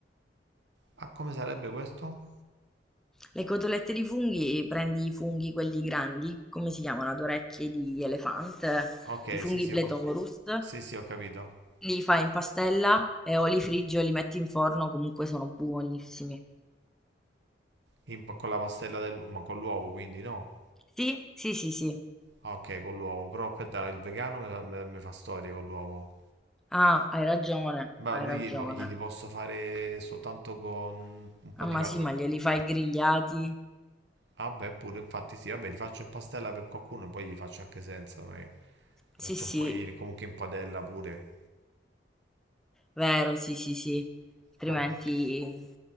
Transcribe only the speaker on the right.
Ah, come sarebbe questo?
Ok,
sì, sì,
ho, sì, sì, ho capito.
In- con la pastella dell'uovo, ma con l'uovo, quindi no.
Ah, Ok, con l'uovo, però aspetta, il vegano mi fa, me- me fa storie con l'uovo.
Ma
lui
gli, po- glieli posso fare soltanto con un po'
di
pan...
Ah, beh, pure, infatti sì, vabbè, li faccio in pastella per qualcuno, e poi li faccio anche senza, ma li faccio
un po', gli- comunque in padella pure.
Ok.